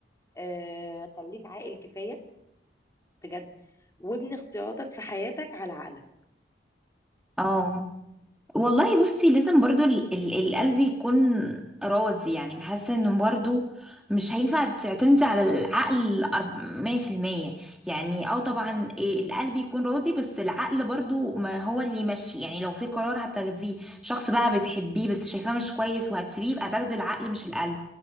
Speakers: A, on the left (about 15°); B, in the centre.
A: آه خليك عاقل كفايه بجد وابني اختياراتك في حياتك على عقلك
B: اه والله بصي لازم برضو ال ال القلب يكون راضي يعني بحس ان برضو مش هينفع تعتمدي على العقل أرب- 100% يعني اه طبعا إيه القلب يكون راضي بس العقل برضو ما هو اللي يمشي يعني لو في قرار هتاخديه شخص بقى بتحبيه بس شايفاه مش كويس وهتسيبيه يبقى تاخدي العقل مش القلب